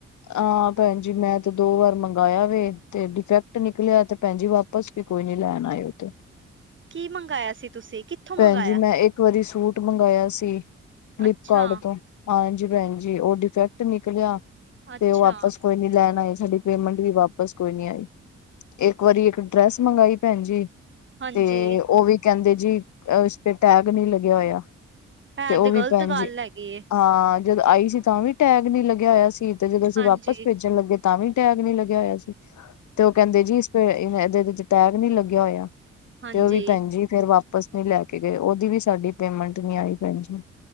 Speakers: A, on the left (about 70°); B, on the right (about 40°).
A: ਹਾਂ ਭੈਣ ਜੀ, ਮੈਂ ਤੇ ਦੋ ਵਾਰ ਮੰਗਵਾਆ ਵੇ, ਤੇ ਡਿਫੈਕਟ ਨਿਕਲਿਆ ਤੇ ਭੈਣ ਜੀ ਵਾਪ ਪਸ ਵੀ ਕੋਈ ਨੀ ਲੈਣ ਆਏ ਔ ਤੇ
B: ਕੀ ਮੰਗਾਇਆ ਸੀ ਤੁਸੀਂ, ਕਿੱਥੋਂ ਮੰਗਾਇਆ?
A: ਭੈਣ ਜੀ ਮੈਂ ਇੱਕ ਵਾਰੀ ਸੂਟ ਮੰਗਾਇਆ ਸੀ, ਫਲਿਪਕਾਰਟ
B: ਅੱਛਾ
A: ਤੋਂ ਹਾਂਜੀ ਭੈਣ ਜੀ, ਉਹ ਡਿਫੈਕਟ ਨਿਕਲਿਆ
B: ਅੱਛਾ
A: ਤੇ ਉਹ ਵਾਪਸ ਕੋਈ ਨੀ ਲੈਣ ਆਏ ਸਾਡੀ ਪੇਮੈਂਟ ਦੀ ਵਾਪਸ ਕੋਈ ਨੀ ਆਈ ਇੱਕ ਵਾਰੀ ਇੱਕ ਡਰੈਸ ਮੰਗਾਈ ਭੈਣ ਜੀ
B: ਹਾਂਜੀ,
A: ਤੇ ਓ ਵੀ ਕਹਿੰਦੇ ਜੀ, ਉਸ ਤੇ ਟੈਗ ਨਹੀਂ ਲੱਗਿਆ ਹੋਇਆ।
B: ਹੈ
A: ਉਹ
B: ਤੇ
A: ਵੀ
B: ਗ਼ਲਤ
A: ਭੈਣ
B: ਗੱਲ
A: ਜੀ
B: ਹੈਗੀ ਏ।
A: ਹਾਂ ਜਦੋਂ ਆਈ ਸੀ ਤਾਂ ਵੀ ਟੈਗ ਨੀ ਲੱਗਿਆ ਹੋਇਆ ਸੀ, ਤੇ ਜਦੋਂ ਅਸੀਂ
B: ਹਾਂਜੀ,
A: ਵਾਪਸ ਭੇਜਣ ਲੱਗੇ ਤਾਂ ਵੀ ਟੈਗ ਨੀ ਲੱਗਿਆ ਹੋਇਆ ਸੀ। ਤੇ ਉਹ ਕਹਿੰਦੇ ਜੀ ਇਸਪੇ, ਐਦੇ ਵਿੱਚ ਟੈਗ ਨੀ ਲੱਗਿਆ ਹੋਇਆ।
B: ਹਾਂਜੀ
A: ਤੇ ਉਹ ਵੀ ਭੈਣ ਜੀ ਫਿਰ ਵਾਪਿਸ ਨਹੀਂ ਲੈ ਕੇ ਗਏ, ਉਹਦੀ ਵੀ ਸਾਡੀ ਪੇਮੈਂਟ ਨੀ ਆਈ ਭੈਣ ਜੀ।